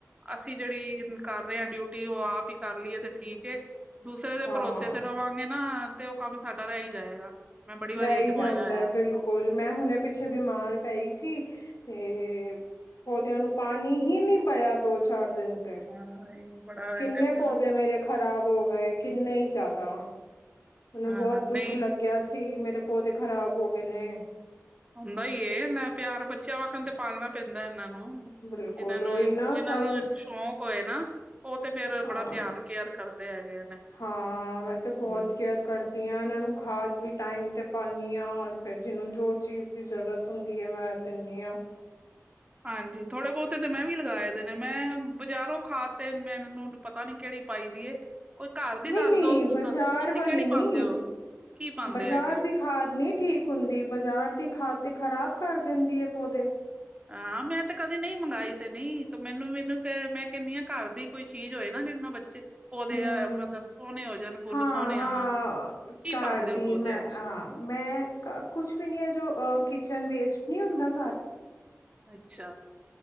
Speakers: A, on the right; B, on the left.
A: ਅਸੀਂ ਜਿਹੜੀ ਕਰ ਰਹੇ ਹਾਂ ਡਿਊਟੀ, ਉਹ ਆਪ ਹੀ ਕਰ ਲਈਏ ਤੇ ਠੀਕ ਏ, ਦੂਸਰੇ ਦੇ
B: ਹਾਂ
A: ਭਰੋਸੇ ਰਵਾਗੇ ਨਾ, ਤੇ ਉਹ ਕੰਮ ਸਾਡਾ ਰਹਿ ਹੀ ਜਾਏਗਾ। ਮੈਂ ਬੜੀ ਵਾਰੀ
B: ਰਹਿ
A: ਅਜਮਾਇਆ
B: ਹੀ ਜਾਂਦਾ,
A: ਹੋਇਆ
B: ਬਿਲਕੁ ਕੁਲ, ਮੈਂ ਹੁਣੇ ਪਿੱਛੇ ਬਿਮਾਰ ਪਈ ਸੀ, ਤੇ ਪੌਦਿਆਂ ਨੂੰ ਪਾਣੀ ਹੀ ਨਹੀਂ ਪਇਆ, ਦੋ-ਚਾਰ ਦਿਨ ਤੇ
A: ਹਾਂ, ਇਹ ਬੜਾ ਹੋਇਆ
B: ਕਿੰਨੇ
A: ਤੇ ਫਿਰ
B: ਪੌਦੇ ਮੇਰੇ ਖ਼ਰਾਬ ਹੋ ਗਏ, ਕਿੰਨੇ ਹੀ ਜ਼ਿਆਦਾ। ਮੈਨੂੰ
A: ਹਾਂ
B: ਬਹੁਤ ਦੁੱਖ
A: ਨਹੀਂ
B: ਲੱਗਿਆ ਸੀ, ਮੇਰੇ ਪੌਦੇ, ਖ਼ਰਾਬ ਹੋ ਗਏ ਨੇ।
A: ਹੁੰਦਾ ਈ ਏ, ਇਨਾਂ ਪਿਆਰ, ਬੱਚਿਆਂ ਵਕਨ ਤੇ ਪਾਲਣਾ ਪੈਂਦਾ ਇੰਨਾਂਨ
B: ਬਿਲਕੁਲ
A: ਜਿਹਨਾਂ
B: ਉਹੀ ਨਾ ਸਭ
A: ਨੂੰ, ਇਹ ਸ਼ੌਕ ਹੋਏ ਨਾ ਉਹ ਤੇ ਫੇਰ
B: ਹਾਂ
A: ਬੜਾ ਧਿਆਨ, ਕੇਅਰ ਕਰਦੇ ਹੈਗੇ ਨੇ,
B: ਹਾਂ ਮੈਂ ਤੇ ਬਹੁਤ
A: ਹਮ।
B: ਕੇਅਰ ਕਰਦੀ ਹਾਂ, ਇਹਨਾਂ ਨੂੰ ਖਾਦ ਵੀ ਟਾਈਮ ਤੇ ਪਾਉਂਦੀ ਹਾਂ, ਔਰ ਫਿਰ ਜਿਹਨੂੰ, ਜੋ ਚੀਜ਼ ਜ਼ਰੂਰਤ ਹੁੰਦੀ ਹੈ, ਮੈਂ ਦਿੰਦੀ ਹਾਂ।
A: ਹਾਂਜੀ, ਥੋੜੇ ਬਹੁਤੇ ਤੇ ਮੈਂ ਵੀ ਲਗਾਏ ਦੇ ਨੇ, ਮੈਂ ਬਜ਼ਾਰੋਂ ਖਾਦ ਤੇ, ਮੈਂ ਇਹ ਨੂੰ ਪਤਾ ਨੀ, ਕਿਹੜੀ ਪਾਈ ਦੀ ਏ ਕੋਈ ਘਰ ਦੀ
B: ਨਹੀਂ
A: ਦੱਸ
B: ਨਹੀਂ
A: ਦੋ
B: ਬਾਜ਼ਾਰ
A: ਦੱਸ, ਤੁਸੀਂ
B: ਵਾਲੀ
A: ਕਿਹੜੀ
B: ਨੀ
A: ਪਾਉਦੇ ਹੋ, ਕੀ ਪਾਉਂਦੇ
B: ਬਾਜ਼ਾਰ
A: ਹੈਗੇ ਓ?
B: ਦੀ ਖਾਦ ਨੀ ਠੀਕ ਹੁੰਦੀ ਬਜ਼ਾਰ ਦੀ ਖਾਦ ਤੇ, ਖ਼ਰਾਬ ਕਰ ਦਿੰਦੀ ਐ ਪੌਦੇ
A: ਹਾਂ ਮੈਂ ਤੇ ਕਦੀ ਨਹੀਂ ਮੰਗਾਈ ਤੇ ਨਈ, ਮੈਨੂੰ ਮੈਨੂੰ ਮੈਂ ਕਹਿਨੀ ਆ ਘਰ ਦੀ ਕੋਈ ਚੀਜ਼ ਹੋਏ ਨਾ ਜਿੰਨਾ ਬੱਚੇ ਪੌਦੇ
B: ਹਮ
A: ਆ ਮਤਲਬ ਸੋਹਣੇ ਹੋ ਜਾਣ ਫੁੱਲ
B: ਹਾਂ
A: ਸੋਹਣੇ
B: ਹਾਂ
A: ਆਣ, ਕੀ
B: ਘਰ
A: ਪਾਦੇ
B: ਦੀ
A: ਔ ਪੌਦਿਆਂ
B: ਮੈਂ
A: ਚ਼।
B: ਹਾਂ ਮੈਂ ਕੁਛ ਵੀ ਨੀ ਜੋ ਕਿਚਨ ਵੇਸਟ ਨੀ ਹੁੰਦਾ ਸਾਰਾ।
A: ਅੱਛਾ,